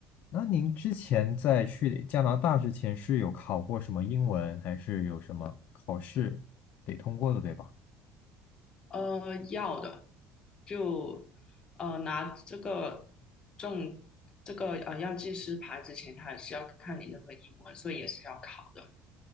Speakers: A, on the left; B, on the left.
A: 那您之前在去加拿大之前是有考过什么英文，还是有什么考试得通过的，对吧？
B: 呃，要的，就呃拿这个证，这个呃药剂师牌之前，他还是要看你那个英文，所以也是要考的。